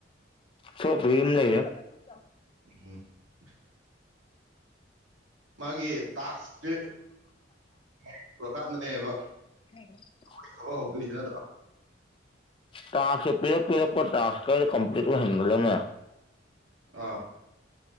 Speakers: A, on the left; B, on the right.
A: ꯊꯣꯛꯂꯛꯇ꯭ꯔꯤ ꯌꯨꯝ ꯂꯩꯍꯦ <unintelligible>
B: <unintelligible> ꯃꯥꯒꯤ ꯇꯥꯛꯁꯁꯦ ꯃꯌꯥꯏ ꯌꯧꯔꯀꯥꯟꯗꯅꯦꯕ
A: <inaudible>
B: ꯑꯩꯈꯣꯏ ꯊꯕꯛ ꯍꯧꯗꯣꯏꯁꯦ ꯅꯠꯇꯔꯣ
A: ꯇꯥꯛꯁꯦ ꯄꯤꯔꯛ ꯄꯤꯔꯛꯄ ꯇꯥꯛꯈꯔꯥ ꯀꯣꯝꯄ꯭ꯂꯤꯠ ꯑꯣꯏꯍꯟꯒꯗꯕꯅꯦ
B: ꯑꯥ